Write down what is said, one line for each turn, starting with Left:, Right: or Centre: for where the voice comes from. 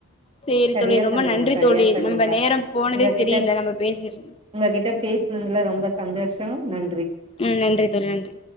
Left: சேரி
Right: சரியா
Left: தோழி ரொம்ப
Right: சொன்னீங்க
Left: நன்றி
Right: சரியா
Left: தோழி
Right: சொன்னீங்க
Left: நம்ம நேரம் போனதே
Right: உங்ககிட்ட
Left: தெரியல நம்ம பேசிற்
Right: உங்ககிட்ட பேசுனதுல ரொம்ப சந்தோஷ நன்றி
Left: ம் நன்றி தோழி நன்றி